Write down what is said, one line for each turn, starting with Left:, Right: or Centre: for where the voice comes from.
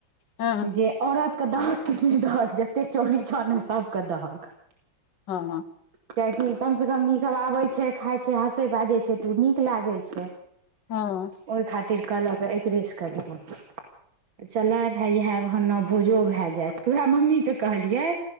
Left: हँ
Right: जे औरतके दहक किछ नहि दहक जते चोरी छौ सभके दहक
Left: हँ हँ
Right: कियकि कम से कम ई सब आबे छै खाय छै हँसे बाजे छै तऽ ओ नीक लागे छै
Left: हँ
Right: ओहि खातिर कहलऽक एकरेस करब त चलै भाय इएह न भोजो भए जायत उएह मम्मीे के कहलियै